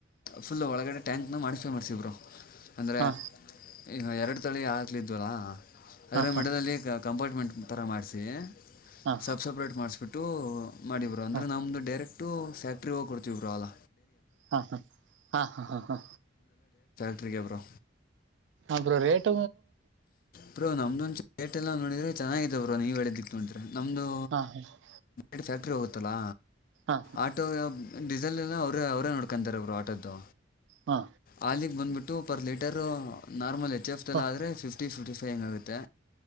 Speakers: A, on the left; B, on the right.
A: ಫುಲ್ ಒಳಗಡೆ ಟ್ಯಾಂಕ್ನ ಮಾಡಿಫೈ ಮಾಡ್ಿಸಿದರು ಅಂದರೆ
B: ಹಾ
A: ಈಗ ಎರಡು ತಳಿ ಆಗ್ಲಿದ್ವಲ್ಲ ಆದದರೆ
B: ಹಾ ಹಾ
A: ಮಿಡದಲ್ಲಿ ಕ ಕಂಪಾರ್ಟ್ಮೆಂಟ್ ಥರ ಮಾಡಿಸಿ
B: ಹಾ ಹಾ
A: ಸಬ್ಸಪ್ರೇಟ್ ಮಾಡಿಸ್ಬಿಟ್ಟು ಮಾಡಬರು ಅಂದ್ರೆ
B: ಹಾ ಹಾ
A: ನಮದು ಡೈರೆಕ್ಟ್ ಟ್ಟು ್ಯಾಕ್ಟರಿ ಹೋಗ ಕೊಡ್ತವಿಿರಾಲಲ್ಲ
B: ಹಾ ಹಾ ಹಾ ಹಾ ಹಾ ಹಾ
A: ಕ ಬ್ರೋ
B: ಅ ರೇಟ
A: ಬ್ರೋ ನಮ್ದೊಂದುೇಟ್ ಎಲ್ಲ ನೋಡಿದ್ರೆ ಚೆನ್ನಿದ ಬ್ರೋ ನೀವ್ ಹೇಳಿದ್ದಿಕ್ ನೋಡಿದ್ರೆ ನಮ್ಮದು
B: ಹಾ ಹಾ
A: ಡು ಫ್ಯಾಕ್ಟ್ರಿ ಹೋಗುತ್ತಲ್ಲ
B: ಹಾ
A: ಆಟೋ ಡಿಸೆಲ್ ಎಲ್ಲ ಅವ್ರರು ಅವರೇ ನೋಡ್ಕೊಂತಾರೆ ಅವರು ಆಟೋದ್ದು
B: ಹಾ
A: ಹಾಲಗ್ ಬಂದ್ಬಿಟ್ಟು ಪರ್ ಲೀಟರ್ ನಾರ್ಮಲ್ ಐತಿ ಎಚ್ ಎಫ್ ಎಲ್ಲ
B: ಹಾ
A: ಆದರೆ ಫಿಫ್ಟಿ ಫಿಫ್ಟಿ ಫೈ್ ಹೆಂಗಾಗುತ್ತೆ